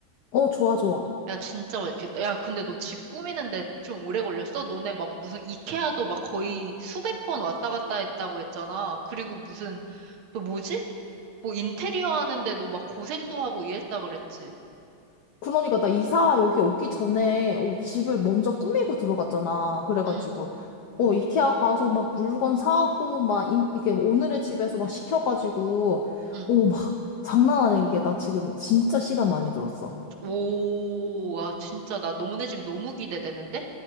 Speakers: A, on the left; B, on the right.
A: 어, 좋아, 좋아.
B: 야, 진짜 맛있겠다. 야, 근데 너 집 꾸미는데 좀 오래 걸렸어? 너네 막 무슨 이케아도 막 거의 수백 번 왔다 갔다 했다고 했잖아. 그리고 무슨, 또 뭐지? 뭐 인테리어 하는데도 막 고생도 하고 이랬다 그랬지.
A: 그러니까 나 이사 여기 오기 전에 어, 집을 먼저 꾸미고 들어갔잖아. 그래가지고
B: 응,
A: 어, 이케아 가서 막 물건 사고 막 인, 이게 오늘의 집에서 막 시켜가지고
B: 응.
A: 어, 막 장난 아니게 이게 나 지금 진짜 시간 많이 들었어.
B: 오, 와, 진짜, 나 너네 집 너무 기대되는데?